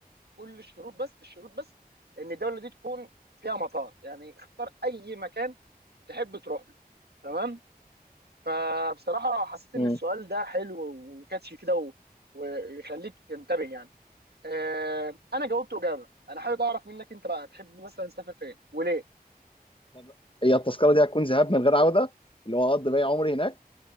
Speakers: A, on the right; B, on the left.
A: كل الشروط بس الشروط بس ان الدولة دي تكون فيها مطار يعني اختار اي مكان تحب تروح له تمام فبصراحة حسيت ان
B: مم.
A: السؤال ده حلو وكاتشي كده و- ويخليك تنتبه يعني آه، انا جاوبت اجابه انا حابب اعرف منك انت بقى تحب مثلا تسافر فين وليه
B: طب هي التذكره دي هتكون ذهاب من غير عوده اللي هو هقضي باقي عمري هناك